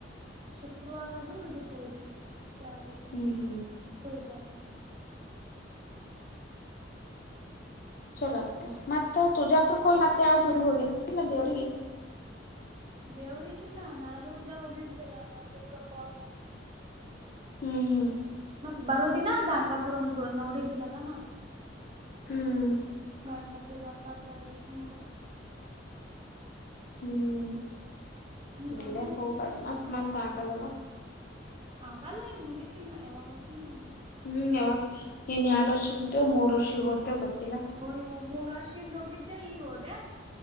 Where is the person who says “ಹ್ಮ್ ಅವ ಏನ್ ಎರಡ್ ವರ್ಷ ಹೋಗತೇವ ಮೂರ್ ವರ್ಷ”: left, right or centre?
Left